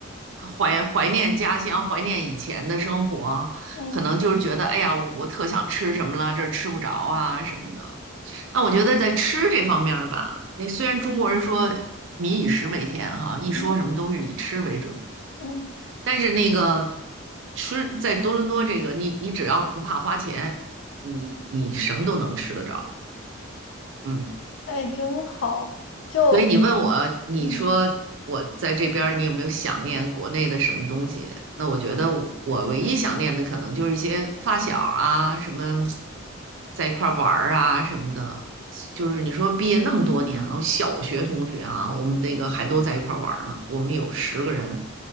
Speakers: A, on the right; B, on the left.
A: 怀怀念家乡，怀念以前的生活，
B: 嗯
A: 可能就是觉得哎呀，我我特想吃什么了，这儿吃不着啊什么的。那我觉得在吃这方面儿吧，那虽然中国人说民以食为天哈，一说什么都是以吃为准，
B: 嗯嗯，
A: 但是那个吃在多伦多这个，你你只要不怕花钱，你你什么都能吃得着。嗯，
B: 哎，真好。就
A: 所以你问我，你说我在这边儿，
B: 嗯
A: 你有没有想念国内的什么东西？那我觉得我我唯一想念的可能就是一些发小啊，什么在一块儿玩儿啊什么的。就是你说毕业那么多年了，
B: 嗯，
A: 我小学同学啊，我们那个还都在一块儿玩儿呢。我们有十个人，